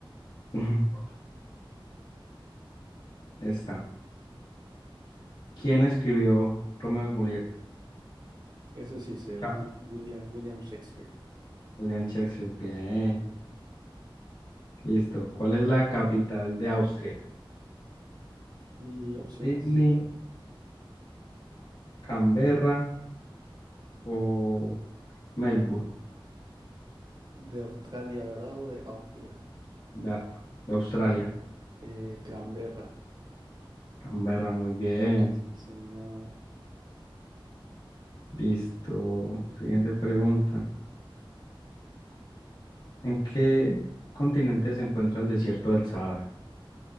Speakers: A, on the left; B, on the right.
A: <laughs> Está. ¿Quién escribió Romeo y Julieta?
B: Ese sí sé,
A: Cha-
B: Wi- William, William Shakespeare.
A: William Shakespeare. Bien. Listo. ¿Cuál es la capital de Austria?
B: ¿Y opciones?
A: Sydney, Canberra o Melbourne,
B: De Australia, ¿verdad? O de Austria.
A: de, de Australia.
B: Eh, Canberra.
A: Canberra, muy bien.
B: Sí, señor.
A: Listo. Siguiente pregunta. ¿En qué continente se encuentra el desierto del Sahara?